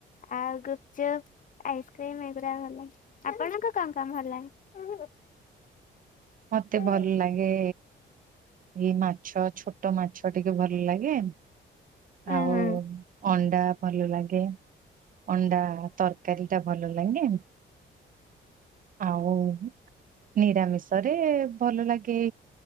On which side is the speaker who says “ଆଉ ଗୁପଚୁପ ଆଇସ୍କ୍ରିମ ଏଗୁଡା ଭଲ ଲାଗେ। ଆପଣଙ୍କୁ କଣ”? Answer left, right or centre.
Left